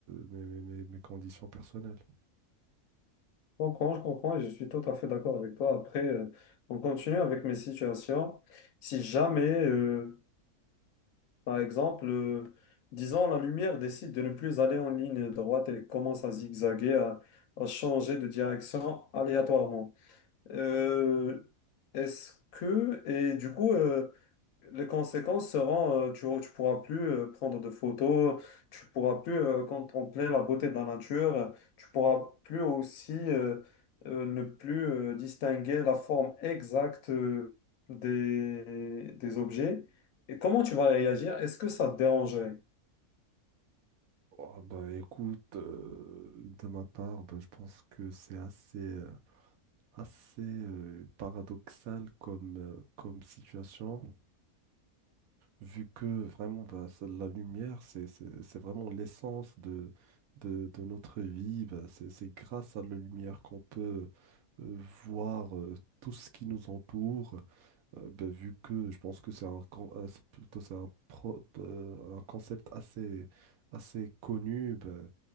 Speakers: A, on the right; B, on the left.
A: mes, mes- mes- mes conditions personnelles.
B: Je comprends, je comprends et je suis tout à fait d'accord avec toi. Après, euh, on continue avec mes situations. Si jamais, euh, par exemple, euh, disons, la lumière décide de ne plus aller en ligne droite et commence à zigzaguer, à, à changer de direction aléatoirement. Euh, est-ce que, et du coup, euh, Les conséquences seront, euh, tu ne pourras plus euh, prendre de photos, tu pourras plus euh, contempler la beauté de la nature, euh, tu pourras plus aussi euh, euh, ne plus euh, distinguer la forme exacte euh, des, des objets. Et comment tu vas réagir? Est-ce que ça te dérangerait?
A: Oh, bah, écoute, euh, de ma part, bah, je pense que c'est assez... euh, assez euh, paradoxal comme, euh, comme situation, vu que vraiment bah, c'est- la lumière, c'est c'est- c'est vraiment l'essence de, de, de notre vie. Bah, c'est c'est grâce à la lumière qu'on peut euh, voir euh, tout ce qui nous entoure, euh, ben, vu que je pense que c'est un, con- un- c'est plutôt c'est un, pro- euh, un concept assez, assez connu, ben,